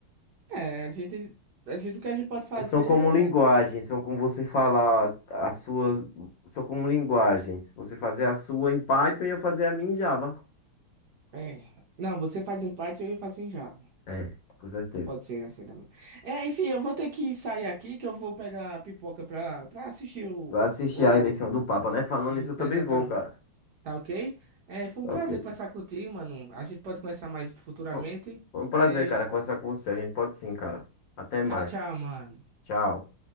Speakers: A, on the right (about 60°); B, on the left (about 65°).
A: é, a gente, a gente, o que a gente pode fazer
B: São como linguagens,
A: é,
B: são como você falar a sua, são como linguagens. Você fazer a sua em Python e eu fazer a minha em Java.
A: é. Não, você faz em parte e eu faço em Java.
B: É, com certeza.
A: Pode ser né, assim também. É, enfim, eu vou ter que sair aqui que eu vou pegar a pipoca pra, pra assistir o,
B: Vai assistir
A: o.
B: a eleição do Papa, né? Falando
A: Isso,
B: isso, eu também
A: exatamente.
B: vou, cara.
A: Tá ok? É, foi
B: Tá
A: um prazer
B: ok.
A: conversar contigo, mano. A gente pode conversar mais futuramente,
B: Bom, Foi um prazer,
A: mas
B: cara, conversar com você. A gente pode sim, cara. Até mais.
A: tchau, tchau, mano.
B: Tchau.